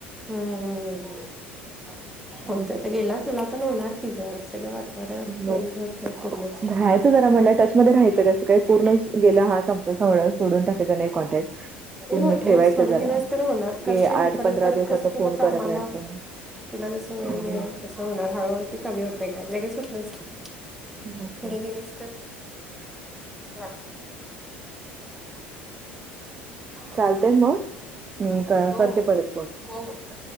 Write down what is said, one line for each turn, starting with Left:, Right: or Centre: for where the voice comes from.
Centre: हम्म हम्
Right: हम्म.
Centre: होत तर गेला तुला पण होणार की ग सगळं वा तर चेंज
Right: मग
Centre: होतय पूर्ण.
Right: राहायचं जरा म्हटलं टचमध्ये रायचं कसं काय पूर्ण गेलं हा संप सं सोडून टाकायचं नाही कॉन्टॅक्ट
Centre: ते
Right: पूर्ण
Centre: होते
Right: ठेवायचं
Centre: थोडे
Right: जरा
Centre: दिवस तर होणार
Right: की
Centre: करशील
Right: आठ
Centre: परत
Right: पंधरा
Centre: परत
Right: दिवसात
Centre: कस तुला
Right: फोन
Centre: कामाला
Right: करत राहायचं.
Centre: तुला जस वेळ
Right: हम्म
Centre: मिळेल तसं होणार हळूहळू ते कमी होत का लगेच होत नसते. थोडे
Right: ओके
Centre: दिवस तर लागत.
Right: चालते मग मी करते
Centre: हो हो
Right: परत फोन.
Centre: हो, हो. बाय.